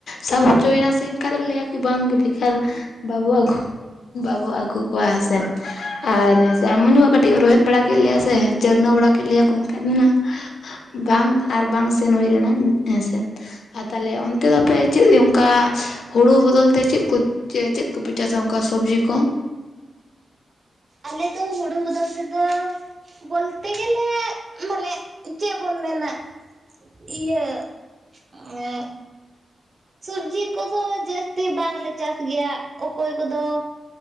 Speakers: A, on the left; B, on the right.
A: ᱥᱟᱵ ᱦᱚᱪᱚᱭ ᱱᱟ ᱥᱮ ᱮᱱᱠᱷᱟᱡ ᱫᱚᱞᱮ ᱞᱟᱹᱭᱟ ᱠᱤ ᱵᱟᱝᱜᱮ ᱵᱮᱠᱟᱨ ᱵᱟᱵᱚ ᱟᱜᱩ ᱵᱟᱵᱚ ᱟᱹᱜᱩ ᱠᱚᱣᱟ ᱦᱮᱸ ᱥᱮ, ᱟᱨ ᱦᱮᱸ ᱥᱮ <inaudible> ᱴᱤᱡ ᱨᱳᱚᱦᱮᱫ ᱵᱟᱲᱟ ᱠᱮᱫ ᱞᱮᱭᱟ ᱥᱮ ᱪᱟᱹᱨᱱᱟᱹ ᱵᱟᱲᱟ ᱠᱮᱫ ᱞᱮᱭᱟ ᱠᱚ ᱨᱱᱠᱷᱟᱡ ᱫᱚ ᱱᱟᱜ ᱵᱟᱝ ᱟᱨ ᱵᱟᱝ ᱥᱮᱱ ᱦᱩᱭ ᱞᱮᱱᱟ ᱦᱮᱸᱥᱮ᱾ ᱟᱨ ᱛᱟᱞᱦᱮ ᱚᱱᱛᱮ ᱫᱚ ᱟᱯᱮ ᱪᱮᱫ ᱚᱱᱠᱟ ᱦᱩᱲᱩ ᱵᱚᱫᱚᱞ ᱛᱮ ᱪᱮᱫ ᱠᱚ ᱪᱮ ᱪᱮᱫ ᱠᱚᱯᱮ ᱪᱟᱥᱟ ᱚᱱᱠᱟ ᱥᱚᱵᱽᱡᱤ ᱠᱚ?
B: ᱟᱞᱮ ᱫᱚ ᱦᱩᱲᱩ ᱵᱚᱫᱚᱞ ᱛᱮᱫᱚ ᱵᱚᱞᱛᱮ ᱜᱮᱞᱮ ᱢᱟᱱᱮ ᱪᱮᱫ ᱵᱚᱱ ᱢᱮᱱᱟ? ᱤᱭᱟᱹ ᱮᱸᱜ ᱥᱚᱵᱡᱤ ᱠᱚᱫᱚ ᱡᱟᱹᱥᱛᱤ ᱵᱟᱝᱞᱮ ᱪᱟᱥ ᱜᱮᱭᱟ ᱚᱠᱚᱭ ᱠᱚᱫᱚ